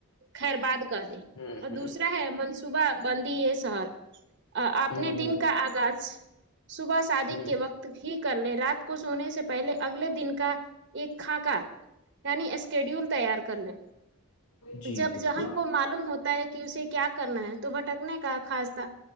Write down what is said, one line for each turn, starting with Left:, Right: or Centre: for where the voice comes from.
Right: خیر باد کر دیں
Left: ہ
Right: اور دوسرا ہے منصوبہ تندیے سار <unintelligible> اپنے
Left: ہ
Right: دن کا آغاز صبح شادی
Left: ہ ہ
Right: کے وقت ہی کر لے رات کو سونے سے پہلے اگلے دن کا ایک خاناکا یعنی اسکیڈیول تیار کرنے
Left: جی
Right: جب
Left: بالکل
Right: جہن کو معلوم ہوتا ہے کہ اس اسے کیا کرنا ہے تو بھٹکنے کا خاصہ